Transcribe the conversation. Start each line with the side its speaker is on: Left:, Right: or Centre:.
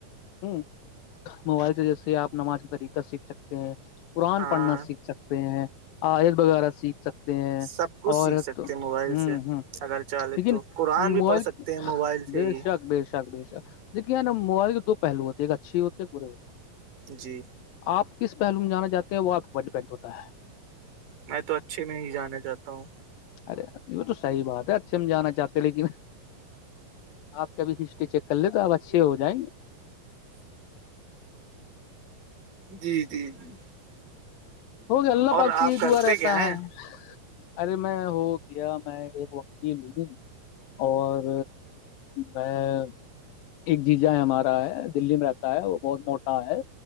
Left: ہ موبائل سے جیسے آپ نماز کا طریقہ سیکھ سکتے ہیں قرآن
Right: ہاں
Left: پڑھنا سیکھ سکتے ہیں آیت وغیرہ سیکھ سکتے ہیں
Right: سب کچھ
Left: اور
Right: سیکھ سکتے
Left: تو
Right: ہیں موبائل
Left: ہ
Right: سے
Left: ہ
Right: اگر چاہے
Left: لیکن
Right: تو قرآن بھی
Left: موبائل
Right: پڑھ سکتے ہیں موبائل سے
Left: بے
Right: ہی
Left: شک بے شک بے شاک دیکے ن موائل دو پہلو ہوتے ہیں ایک اچھی ہوتی ہے برے ہوتے
Right: جی
Left: آپ کس پہلو میں جانا چاہ ہیں وہ آپ ڈیپینڈ ہوتا ہے
Right: میں تو اچھے میں ہی جانا چاہتا ہوں
Left: ارے یہ تو صحیح بات ہے اچھے ہم جانا چاہتے لیکن آپ کبھی ہسٹری چیک کر ل توپ اچھے ہو جائیں گے
Right: جی جی جی
Left: ہو گیا اللہ
Right: اور
Left: پالسی
Right: آپ
Left: ہی
Right: کرتے
Left: دا رہتا
Right: کیا ہیں
Left: ہے ارے میں ہو گیا میں ایک وقی لوں اور میں ایک جی جا ہے ہمارا ہے دلی میں رہتا ہے ہے وہ بہت موٹا ہے